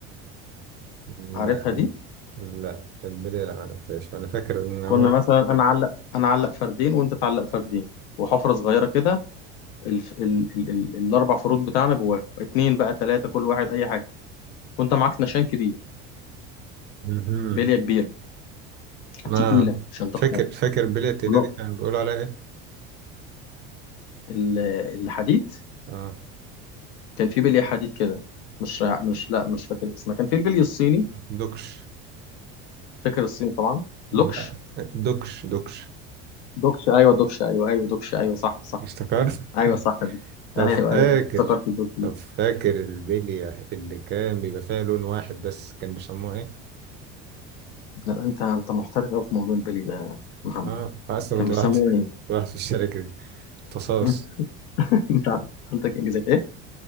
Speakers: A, on the right (about 35°); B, on the left (about 80°).
A: لا
B: عارفها دي
A: لا البلي لا ما لعبتهاش انا فاكر ان
B: كنا
A: هو
B: مثلا انا اعلق انا اعلق فردين وانت تعلق فردين وحفرة صغيرة كده الف... ال... ال... ال... الاربع فروت بتاعنا جواهم اتنين بقى تلاتة كل واحد اي حاجة وانت معاك نشان كبير
A: مهم.
B: بلية كبيرة
A: اه
B: تقيلة عشان تخرج
A: فاكر فاكر بيلي التقيلة
B: ونق-
A: دي كان بيقولوا عليها ايه
B: ال- الحديد
A: اه
B: كان في بلي حديد كده مش مش لا مش فاكر اسمها كان في البلي الصيني
A: دوكش
B: فاكر الصيني طبعا
A: لا
B: لوكش
A: دوكش دوكش
B: دوكش ايوه دوكش ايوه ايوه دوكش ايوه صح صح
A: افتكرت <laughs>
B: ايوه صح دي
A: طب
B: ايوه
A: فاكر
B: ايوه افتكرت الدوكش دي
A: طب فاكر البلية اللي كان بيبقى فيها لون واحد بس كان بيسموها ايه
B: لا، انت انت محترف قوي في موضوع البلي ده يا محمد
A: اه اصلا
B: كان
A: كنت
B: بيسموه
A: واحد
B: ايه؟
A: <laughs> واحد في الشركة دي تصاص
B: <laughs> انت عندك انجازات ايه؟